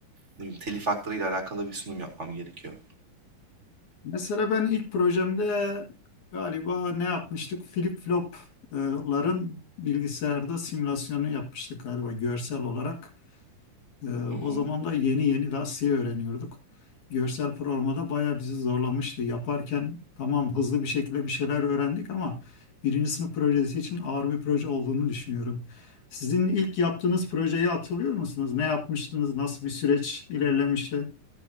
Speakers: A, on the right; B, on the left.
A: Ne bileyim, telif haklarıyla alakalı bir sunum yapmam gerekiyor.
B: Mesela ben ilk projemde galiba ne yapmıştık? Flip flopların bilgisayarda simülasyonu yapmıştık galiba görsel olarak. Ee, o
A: Hı hı.
B: zaman da yeni yeni daha C öğreniyorduk. Görsel programda bayağı bizi zorlamıştı. Yaparken tamam hızlı bir şekilde bir şeyler öğrendik ama birinci sınıf projesi için ağır bir proje olduğunu düşünüyorum. Sizin ilk yaptığınız projeyi hatırlıyor musunuz? Ne yapmıştınız? Nasıl bir süreç ilerlemişti?